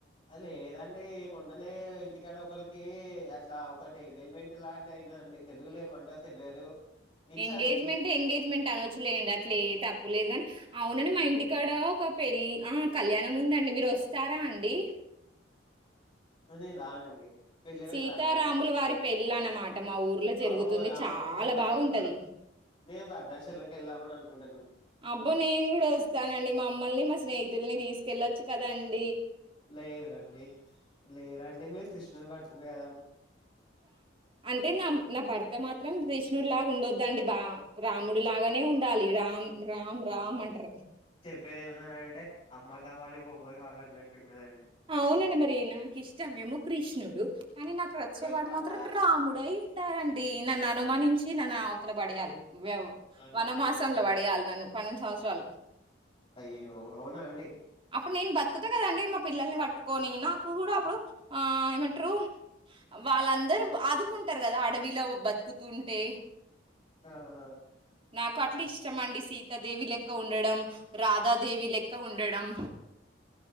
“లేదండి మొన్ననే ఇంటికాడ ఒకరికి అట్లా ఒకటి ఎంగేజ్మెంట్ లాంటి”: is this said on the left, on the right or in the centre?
Left